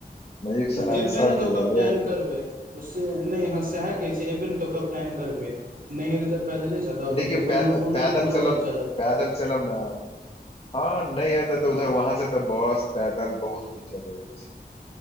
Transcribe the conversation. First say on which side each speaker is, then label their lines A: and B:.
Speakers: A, on the left (about 35°); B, on the right (about 55°).
A: मयूख सोनाली
B: एबै
A: सबके
B: ने तऽ ओकर
A: लऽ लेब
B: प्लान करबै से नहि हँ सएह कहैत छियै एवेन्ट ओके प्लान करबै नहि हेत तऽ पैदले चलब
A: देखियौ
B: तऽ कोनो
A: पैद
B: कोनो
A: पैदल
B: ने कोनो
A: चलब
B: ककेचलब
A: पैदल चलब ना हँ न ए तऽ
B: हूँ
A: उधर वहां से तऽ बस पैदल बहुत कुछ चलैअछि